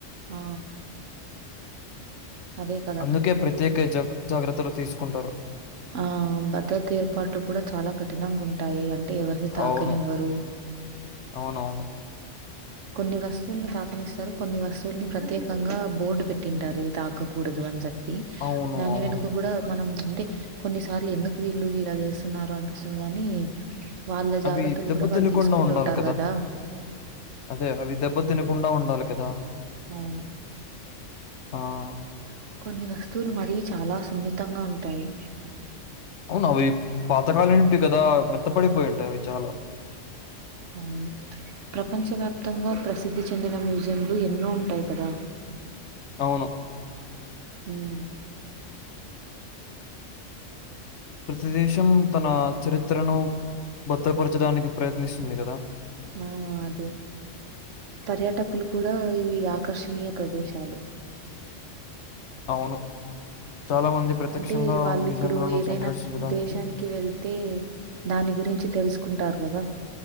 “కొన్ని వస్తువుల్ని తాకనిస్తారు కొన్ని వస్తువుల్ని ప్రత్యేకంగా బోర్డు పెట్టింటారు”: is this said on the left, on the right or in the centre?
Right